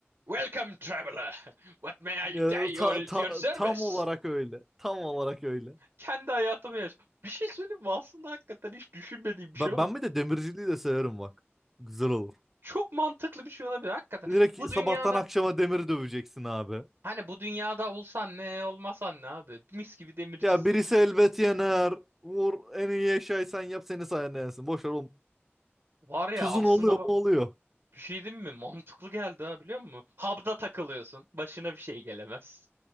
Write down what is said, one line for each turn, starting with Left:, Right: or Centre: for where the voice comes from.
Right: Welcome traveler. What may I
Centre: Ee,
Right: do you
Centre: ta-
Right: if
Centre: ta-
Right: your service?
Centre: tam olarak öyle. Tam olarak öyle.
Right: Kendi hayatımı yaş. Bir şey söyleyeyim mi? Aslında hakikaten hiç düşünmediğim bir
Centre: Ben,
Right: şey ama
Centre: ben bir de demirciliği de severim bak. Güzel olur.
Right: çok mantıklı bir şey olabilir. Hakikaten
Centre: Direkt
Right: bu dünyana
Centre: sabahtan akşama demir döveceksin abi.
Right: Hani bu dünyada olsan ne olmasan ne abi? Mis gibi demircisin.
Centre: Ya birisi elbet yener. Vur en iyi eşyayı sen yap seni sayende yensin. Boş ver oğlum.
Right: Var ya
Centre: Tuzun
Right: aslında
Centre: oluyor mu
Right: bak-
Centre: oluyor.
Right: bir şey değil mi? Mantıklı geldi ha biliyor musun? Hub'da takılıyorsun. Başına bir şey gelemez.